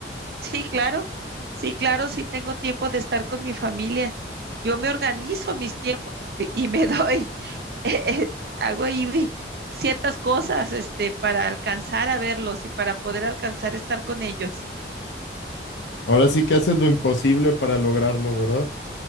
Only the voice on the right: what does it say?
sí, claro, sí, claro, sí tengo tiempo de estar con mi familia. Yo me organizo mis tiempos <laughs> y y me doy, <laughs> eh, eh, hago ahí vi- ciertas cosas, este, para alcanzar a verlos y para poder alcanzar a estar con ellos.